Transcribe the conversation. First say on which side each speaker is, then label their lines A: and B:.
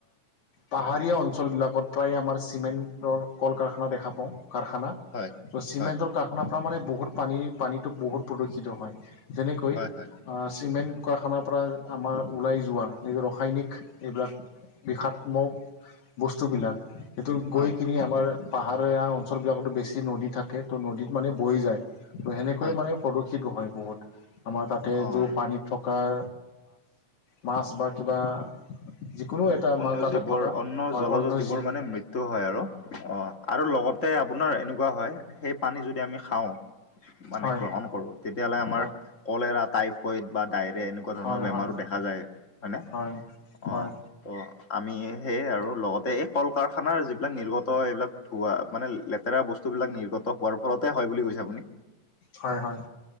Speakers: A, on the left; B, on the left.
A: পাহাৰীয়া অঞ্চলবিলাকত প্ৰায় আমাৰ চিমেণ্টৰ কল কাৰখানা দেখা পাওঁ কাৰখানা
B: হয়। হয়,
A: ত চিমেণ্টৰ
B: হয়,
A: কাৰখানাৰ পৰা মানে বহুত পানী পানীতটো বহুত প্ৰদূষিত হয় যেনেকৈ
B: হয়,
A: চিমেণ্ট কাৰখানাৰ পৰা আমাৰ ওলাই যোৱা এই ৰাসায়নিক এইবিলাক বিষাত্ম বস্তুবিলাক সেইটোু
B: হয়,
A: গৈ কিনি আমাৰ পাহাৰীয়া অঞ্চলবিলাকতো বেছি নদী থাকে ত' নদীত মানে বৈ যায়। ত' সেনেকৈয়ে
B: হয়,
A: মানে প্ৰদূষিতো হয় বহুত আমাৰ তাতে
B: অ'।
A: য পানী থকাৰ মাছ কিবা যিকোনো এটা মাৰ
B: অন্ন
A: কাটাত
B: জীৱোৰ
A: থকা
B: অন্ন
A: হয়
B: জলজ
A: অন্য
B: জিবোৰ
A: যি
B: মানে মৃত্যু হয় আৰু অ' আৰু লগত তাতে আপোনাৰ এনেকুৱা হয় সেই পানী যদি আমি খাওঁ মানে
A: হয়
B: গ্ৰহণ কৰো তেতিয়াাহ'লে আমাৰ
A: হয়
B: কলেৰা টাইফইড বা ডায়েৰিয়া এনেকুৱা ধৰণৰ
A: হয়
B: বেমাৰো
A: হয়
B: দেখ দেখা যায় মানে
A: হয় হয়
B: অঁ। ত' আমি সেয়ে আৰু লগতে এই কল কাৰখানাৰ যিবিলাক নিৰ্গত এইবিলাক ধোৱা মানে লেতেৰা বস্তুবিলাক নিৰ্গত হোৱাৰ ফলতে হয় বুলি কৈছে আপুনি।
A: হয়, হয়,